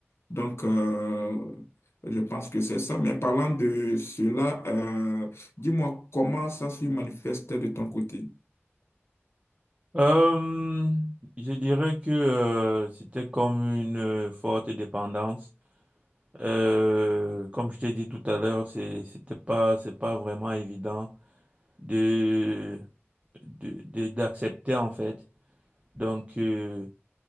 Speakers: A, on the left (about 65°); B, on the right (about 25°).
A: Donc, euh, je pense que c'est ça. Mais parlant de cela, euh, dis-moi comment ça se manifeste de ton côté.
B: Euh, je dirais que euh, c'était comme une euh, forte dépendance. Euh, comme je t'ai dit tout à l'heure, c'est c'était pas c'est pas vraiment évident de de de- d'accepter en fait. Donc, euh,